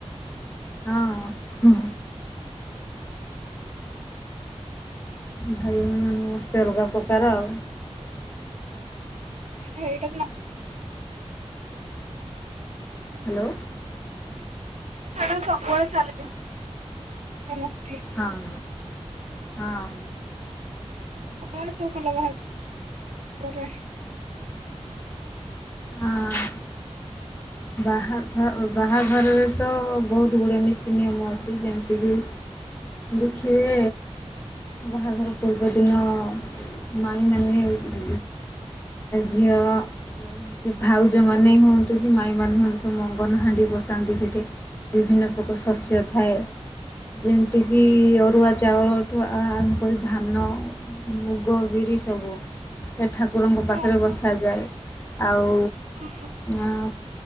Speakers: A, on the left; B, on the right.
A: ହଁ ହୁଁ। ଭାଇ ଭଉଣୀ ମାନେ <unintelligible> ଅଲଗା ପ୍ରକାର ଆଉ।
B: ହେଇଟା ନା
A: ହାଲୋ।
B: ଏଇ <unintelligible> ସବୁ ବେଳେ ଚାଲେଇ <unintelligible>
A: ହଁ। ହଁ।
B: କଣ ସବୁ କଲ ବାହାଘରରେ?
A: ଆଁ ବାହାଘ ବାହାଘରରେ ତ ବହୁତ ଗୁଡ଼ାଏ ନୀତି ନିୟମ ଅଛି ଯେମିତିକି ଦେଖିବେ ବାହାଘର ପୂର୍ବଦିନ ମାଇଁ ମାନେ ଉ ଝିଅ ଅ ଭାଉଜମାନେ ହୁଅନ୍ତୁ ମାଇଁ ମାନେ ସବୁ ମଙ୍ଗନ ହାଣ୍ଡି ବସାନ୍ତି ସେଠି ବିଭିନ୍ନ ପ୍ରକାର ଶସ୍ୟ ଥାଏ ଯେମିତିକି ଅରୁଆ ଚାଉଳଠୁ ଆରମ୍ଭ କରି ଧାନ ମୁଗ ବିରି ସବୁ ଏଠା ଠାକୁରଙ୍କ ପାଖରେ
B: ହଁ ହଁ
A: ବସାଯାଏ ଆଉ
B: ହଁ
A: ଆଁ